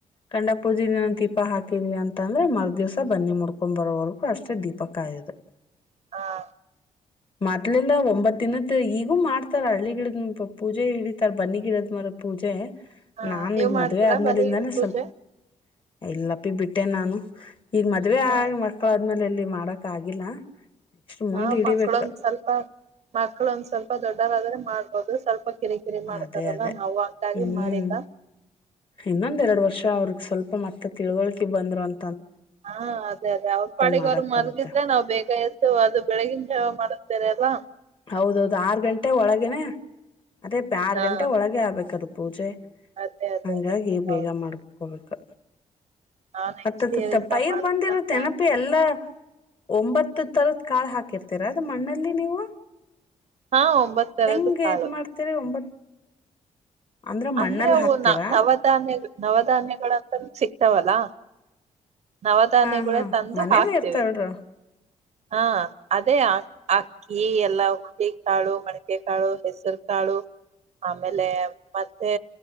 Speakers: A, on the left; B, on the right.
A: ಕಂಡ ಪೂಜಿನ ನಂದು ದೀಪ ಹಾಕಿ ಎಲ್ಲಿ ಅಂತ ಅಂದ್ರೆ ಮರ್ ದಿವ್ಸ ಬನ್ನಿ ಮುಡ್ಕೊ ಬರೋವರೆಗೂ ಅಷ್ಟೇ ದೀಪಕಾಯದು.
B: ಹಾ
A: ಮದ್ಲಿಂದ ಒಂಬತ್ ದಿನದ್ ಈಗೂ ಮಾಡ್ತಾರ ಹಳ್ಳಿ ಗಿಡ ಪೂಜೆ ಇಡಿತರ್ ಬನ್ನಿ ಗಿಡದ್ ಮರ್ ಪೂಜೆ
B: ಹಾ
A: ನಾ
B: ನೀವ್
A: ಈಗ
B: ಮಾಡ್ತೀರಾ
A: ಮದ್ವೆ ಆದ್ಮೇಲಿಂದಾನೇ
B: ಬಲಿಗಿಡ ಪೂಜೆ
A: ಸ್ವಲ್ಪ <inaudible> ಎಲ್ಲಪ್ಪಿ ಬಿಟ್ಟೆ ನಾನು ಈಗ ಮದ್ವೆ
B: ಹ
A: ಆ ಮಕ್ಳ ಆದ್ಮೇಲೆ ಎಲ್ಲಿ ಮಾಡಕ್ ಆಗಿಲ್ಲ. ನೆಕ್ಸ್ಟ್ ಮುಂದ್
B: ಹಾ
A: ಹಿಡಿಬೇಕ
B: ಮಕ್ಳೊಂದ್ ಸ್ವಲ್ಪ ಮಕ್ಳೊಂದ ಸ್ವಲ್ಪ ದೊಡ್ಡರಾದ್ರೆ ಮಾಡ್ಬೋದು ಸ್ವಲ್ಪ ಕಿರಿಕಿರಿ ಮಾಡ್ತಾರಲ್ಲ
A: ಅದೇ ಅದೇ
B: ನಾವು ಹಂಗಾಗಿ
A: ಹ್ಮ್
B: ಮಾಡಿಲ್ಲ
A: ಇನ್ನೊಂದೆರಡು ವರ್ಷ. ಅವ್ರಗ್ ಸ್ವಲ್ಪ ಮತ್ತೆ ತಿಳ್ವಳಿಕೆ ಬಂದ್ರು ಅಂ
B: ಹಾ ಅದೇ ಅದೇ ಅವ್ರ ಪಾಡಿಗೆ
A: ಮಾಡಕ್
B: ಅವ್ರ ಮಲ್ಗಿದ್ರೆ
A: ಬರುತ್ತೆ
B: ನಾವ್ ಬೇಗ ಎದ್ದ್ ಅದು ಬೆಳಿಗಿನ ಜವ ಮಾಡ <unintelligible>
A: ಹೌದೌದು ಆರು ಗಂಟೆ ಒಳಗೇನೆ ಅದೇ ಅಪಿ ಆರು
B: ಹಾ
A: ಗಂಟೆ ಒಳಗೆ ಆಗ್ಬೇಕದು ಪೂಜೆ.
B: ಅದೇ ಅದೇ
A: ಹಂಗಾಗಿ
B: ಅದೇ
A: ಬೇಗ
B: ಹೌದು
A: ಮಾಡ್ಕೋಬೇಕ್.
B: ನಾನ್ ನೆಕ್ಸ್ಟ್
A: ಹತ್ತತ್ತ
B: ಇಯರ್ ಇಂದ
A: ಪೈರ್
B: ಮಾಡ್ಬೇಕಂತ
A: ಬಂದಿರುತ್ತೆನೆಪಿ ಎಲ್ಲಾ. ಒಂಬತ್ತು ತರದ್ ಕಾಳು ಹಾಕಿರ್ತೀರಾ ಅದು ಮಣ್ಣಲ್ಲಿ ನೀವು.
B: ಹಾ ಒಂಬತ್ ತರದ್ದು
A: ಹೆಂಗೆ
B: ಕಾಳು
A: ಇದ ಮಾಡ್ತರಿ ಒಂಬತ್ ಅಂದ್ರ
B: ಅಂದ್ರೆ
A: ಮಣ್ಣಲ್ಲಿ
B: ಅವು
A: ಹಾಕ್ತೀರಾ
B: ನ ನವಧಾನ್ಯ ನವಧಾನ್ಯಗಳಂತ ಸಿಕ್ತಾವಲ್ಲಾ. ನವಧಾನ್ಯಗಳೇ
A: ಹಾ ಹಾ
B: ತಂದು
A: ಮನೇಲ್ಲೇ
B: ಹಾಕ್ತೀವಿ
A: ಇರ್ತಾವಳ್ರು
B: ಹಾ ಅದೇ ಅಕ್ಕಿ ಎಲ್ಲಾ ಉದ್ದಿ ಕಾಳು ಮಡ್ಕೆ ಕಾಳು ಹೆಸರು ಕಾಳು. ಆಮೇಲೆ ಮತ್ತೆ